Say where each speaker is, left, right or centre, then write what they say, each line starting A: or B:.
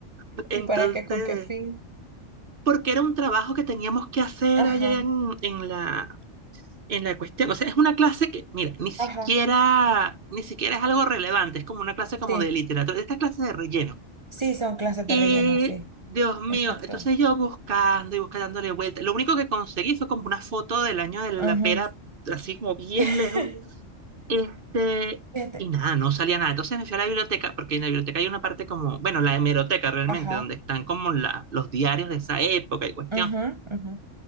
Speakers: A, on the right (about 50°); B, on the right (about 30°).
A: <laughs> Entonces,
B: ¿Y para qué? ¿Con qué fin?
A: porque era un trabajo que teníamos que hacer
B: Ajá,
A: allá en, en la, en la cuestión. O sea, es una clase que, mira, ni siquiera,
B: ajá,
A: ni siquiera es algo relevante, es como una clase como
B: sí.
A: de literatura, esta clase de relleno.
B: Sí, son clases de
A: Y,
B: relleno, sí.
A: Dios mío,
B: Exacto.
A: entonces yo buscando y buscando dándole vuelta. Lo único que conseguí fue como una foto del año de la
B: Ujú.
A: pera, así como bien
B: <laughs>
A: lejos. Este,
B: Fíjate.
A: y nada, no salía nada. Entonces me fui a la biblioteca, porque en la biblioteca hay una parte como, bueno, la hemeroteca realmente,
B: Ajá.
A: donde están como la, los diarios de esa época y cuestión
B: ujú, ujú.